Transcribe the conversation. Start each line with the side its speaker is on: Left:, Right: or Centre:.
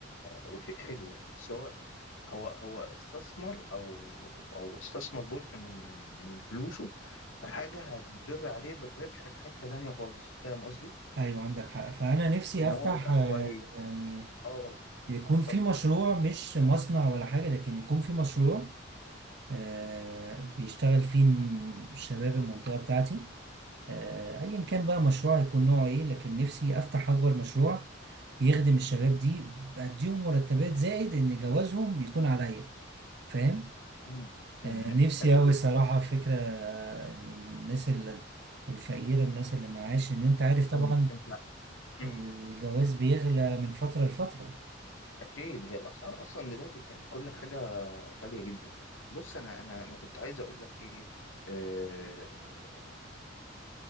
Left: وشيء حلو يعني بس هو هو هو استثمر او او استثمر جزء من من من فلوسه في حاجه هتضر عليه بالربح في حته تانيه خالص فاهم قصدي؟
Right: أيوة
Left: يعني
Right: عندك حق فأنا نفسي
Left: ان
Right: أفتح
Left: هو يبقى
Right: آه،
Left: كويس
Right: يعني
Left: اه
Right: يكون
Left: اتفضل
Right: في مشروع
Left: اتفضل
Right: مش مصنع ولا حاجة لكن يكون في مشروع آه، بيشتغل فيه الشباب المنطقة بتاعتي آه، ايا كان بقى مشروع يكون نوعه ايه لكن نفسي افتح اكبر مشروع يخدم الشباب دي بديهم مرتبات زائد ان جوازهم يكون عليا فاهم
Left: مم، مم،
Right: آه،
Left: لا،
Right: نفسي
Left: حلو
Right: اوي
Left: جدا
Right: الصراحه فكره آه، ان الناس ال- الفقيره الناس اللي معاش ان انت عارف طبعا
Left: أنا- انت أمم.
Right: الجواز بيغلى من فتره لفتره
Left: اكيد هي الاسعار اصلا دلوقتي بتاعت كل حاجه غاليه جدا يعني بص انا انا انا كنت عايز اقول لك ايه آه